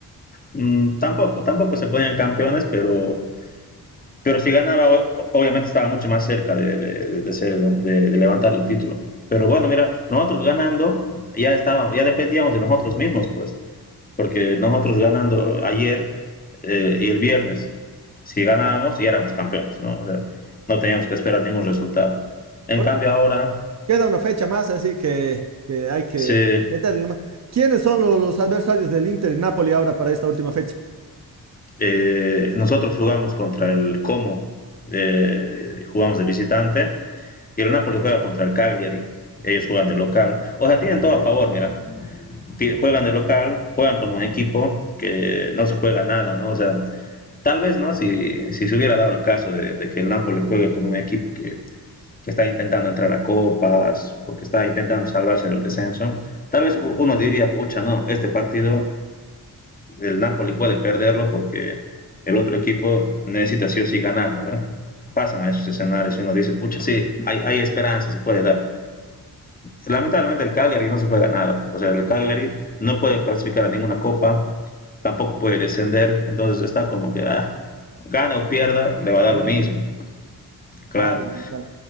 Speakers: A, on the left (about 25°); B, on the right (about 45°).
A: Mm, tampoco, tampoco se ponían campeones, pero, pero si ganaba, o- obviamente estaba mucho más cerca de, de- de ser, de, de levantar el título. Pero bueno, mira, nosotros ganando, ya estábamos, ya dependíamos de nosotros mismos, pues, porque nosotros ganando ayer eh, y el viernes, si ganábamos, ya éramos campeones, ¿no? O sea, no teníamos que esperar ningún resultado. En
B: Bueno,
A: cambio, ahora
B: queda una fecha más, así que, que hay que
A: se,
B: meterle nomás. ¿Quiénes son lo- los, adversarios del Inter y Napoli ahora para esta última fecha?
A: eh, nosotros jugamos contra el Como, eh, jugamos de visitante Y el Napoli juega contra el Cagliari. Ellos juegan de local. O sea, tienen todo a favor, mira. Juegan de local, juegan con un equipo que no se juega nada, ¿no? O sea, tal vez, ¿no? Si, si se hubiera dado el caso de, de que el Napoli juegue con un equipo que, que, está intentando entrar a copas o que está intentando salvarse del descenso, tal vez uno diría, pucha, no, este partido el Napoli puede perderlo porque el otro equipo necesita sí o sí ganar, ¿no? ¿Ve? Pasan a esos escenarios y uno dice, pucha, sí, hay, hay esperanza, se puede dar lamentablemente el Cagliari no se juega nada. O sea, el Cagliari no puede clasificar a ninguna copa, tampoco puede descender, entonces está como que ah, gana o pierda, le va a dar
B: Claro,
A: lo mismo.
B: mira.
A: Claro.
B: Ah, y, tal.